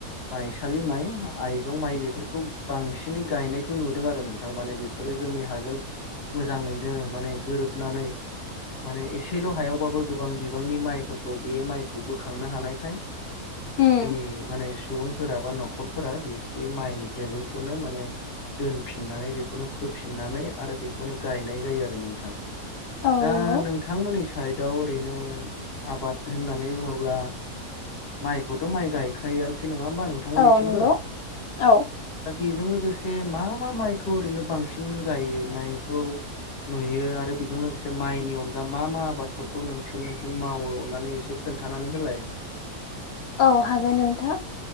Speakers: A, on the left; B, on the left.
A: माइसालि माइ आइजं माइ बेफोरखौ बांसिनै गायनायखौ नुदों आरो नोंथां माने बेफोर जोंनि हाजों मोजाङैनो माने गोरोबनानै माने एसेल' हायावबाबो गोबां बिबांनि माइफोरखौ बे माइखौ बोखांनो हानायखाय
B: उम
A: जोंनि माने सुबुंफोरा बा न'खरफोरा बे बे माइ जोलैखौनो माने दोनफिननानै बेखौनो फोफिननानै आरो बेखौनो गायनाय जायो आरो नोंथां
B: औ
A: दा
B: नंगौ
A: नोंथांमोननि साइदआव ओरैनो आबाद होननानै बुङोब्ला माइखौथ' माइ गायखायो नङा होमबा नोंथांमोननिथिंबो
B: औ नंगौ औ
A: बेजों लोगोसे मा मा माइखौ ओरैनो बांसिन गायनायखौ नुयो आरो बेजों लोगोसे माइनि अनगा मा मा आबादफोरखौ नोंसोरनिथिं मावो अननानै एसे खोनथानानै होलाय
B: <inaudible> औ हागोन नोंथां